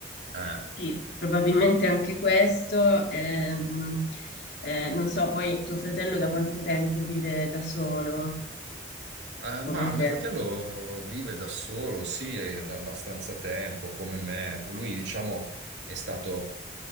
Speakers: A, on the right; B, on the left.
A: eh,
B: Sì, probabilmente anche questo. ehm, eh, non so, poi tuo fratello da quanto tempo vive da solo?
A: Eh, ma
B: Come
A: mio
B: te?
A: fratello vive da solo, sì, è da abbastanza tempo, come me. Lui, diciamo, è stato,